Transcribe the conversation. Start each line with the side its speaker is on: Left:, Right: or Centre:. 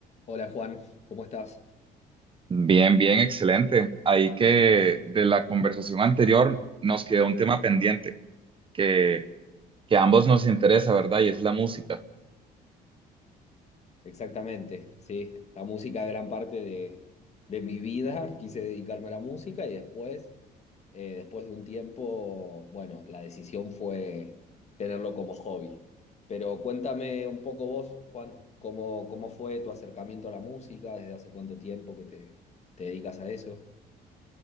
Left: Hola Juan, ¿cómo estás?
Right: Bien, bien, excelente. Ahí que de la conversación anterior nos quedó un tema pendiente que, que a ambos nos interesa, ¿verdad? Y es la música.
Left: Exactamente, sí, la música gran parte de, de mi vida, quise dedicarme a la música y después, eh, después de un tiempo, bueno, la decisión fue tenerlo como hobby. Pero cuéntame un poco vos, Juan, ¿cómo, cómo fue tu acercamiento a la música? ¿Desde hace cuánto tiempo que te, te dedicas a eso?